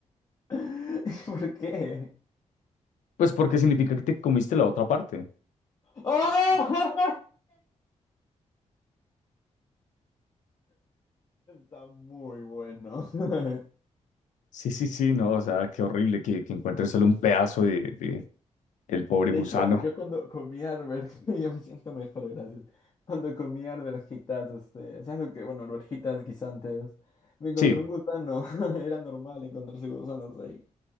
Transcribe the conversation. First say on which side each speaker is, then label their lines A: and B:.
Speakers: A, on the left (about 30°); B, on the left (about 85°).
A: <laughs> ¿Por qué?
B: Pues porque significa que te comiste la otra parte.
A: ¡Ah! <laughs> Está muy bueno. <laughs>
B: Sí, sí, sí, no, o sea, qué horrible que, que encuentres solo un pedazo de, de, del pobre
A: De
B: gusano.
A: hecho, yo cuando comí arvejitas, <laughs> yo me siento mejor, gracias. Cuando comí arvejitas, este, ¿sabes lo que? Bueno, arvejitas guisantes. Me encontré
B: Sí,
A: un gusano. <laughs> Era normal encontrarse gusanos ahí.